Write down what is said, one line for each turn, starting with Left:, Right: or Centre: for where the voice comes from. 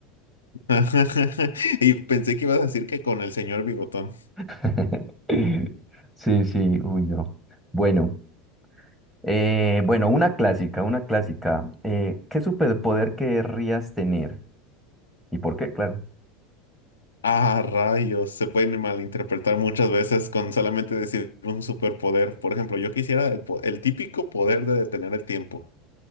Left: <laughs> Y pensé que ibas a decir que con el señor Bigotón.
Centre: <laughs> Sí, sí, uy, no. Bueno. Eh, bueno, una clásica, una clásica. Eh, ¿qué superpoder querrías tener? ¿Y por qué? Claro.
Left: Ah, rayos. Se pueden malinterpretar muchas veces con solamente decir un superpoder. Por ejemplo, yo quisiera el, po- el típico poder de detener el tiempo.